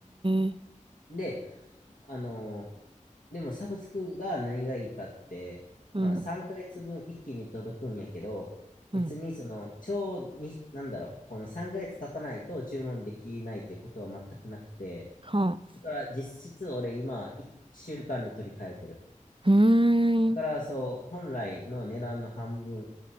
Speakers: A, on the right (about 40°); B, on the left (about 80°).
A: え、
B: で、あのーでもサブスクが何がいいかって、
A: うん、
B: まあ3ヶ月分一気に届くんやけど、
A: うん。
B: 別にその、超に、なんだろう、この3ヶ月経たないと注文できないっていうことは全くなくて、
A: はあ。
B: だから実質俺今1週間で取り替えてる。
A: うーん、
B: だからそう、
A: うん、
B: 本来の値段の半分